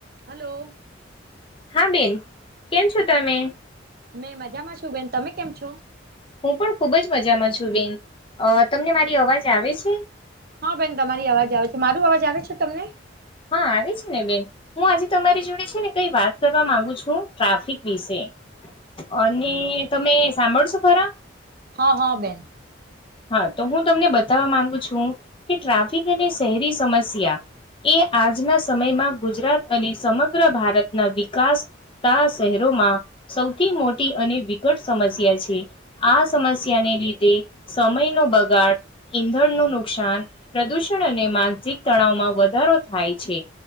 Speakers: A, on the right; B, on the left.
A: હલો!
B: હા બેન કેમ છો તમે?
A: મેં મજામાં છું બેન તમે કેમ છો?
B: હું પણ ખુબ જ મજામાં છું બેન અ તમને મારી અવાજ આવે છે?
A: હા બેન તમારી અવાજ આવે છે માર અવાજ આવે છે તમને?
B: હા આવે છે ને બેન. હું આજે તમારી જોડે છે ને કઈ વાત કરવા માંગુ છું ટ્રાફિક વિશે. અને તમે સાંભળશો ખરા
A: હા હા બેન.
B: હા તો હું તમને બતાવવા માંગુ છું કે ટ્રાફિક અને શહેરી સમસ્યા એ આજના સમયમાં ગુજરાત અને સમગ્ર ભારતના વિકાસ શહેરોમાં સૌથી મોટી અને વિકટ સમસ્યા છે. આ સમસ્યાને લીધે સમયનો બગાડ ઈંધણનું નુકસાન પ્રદુષણ અને માનસિક તણાવમાં વધારો થાય છે.